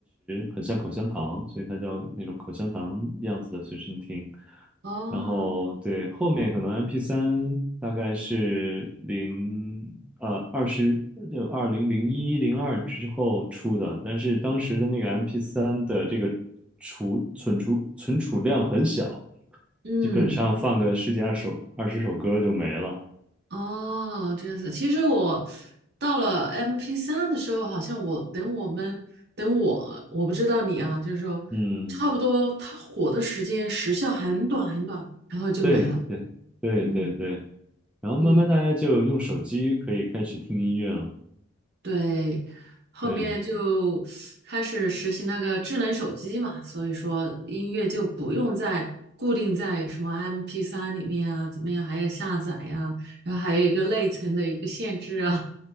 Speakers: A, in the centre; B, on the right (about 55°).
A: 很像口香糖，所以它叫那种口香糖样子的随身听。
B: 哦，
A: 然后对，后面可能 m p 三大概是零呃二十就二零零一零二之后出的，但是当时的那个 m p 三的这个储存储存储量很小，
B: 嗯。
A: 基本上放个十几二首二十首歌就没了。
B: 哦，这样子。其实我到了 m p 三的时候，好像我等我们等我，我不知道你啊，就是说差不多它火的时间时效很短很短，
A: 嗯，
B: 然后就没了。
A: 对对对对对，
B: 嗯
A: 然后慢慢大家就用手机可以开始听音乐了。
B: 嗯，对，后面就开始实行那个智能手机嘛，
A: 对。
B: 所以说音乐就不用再固定在什么 m p 三里面啊，怎么样，还要下载呀、然后还有一个内存的一个限制啊，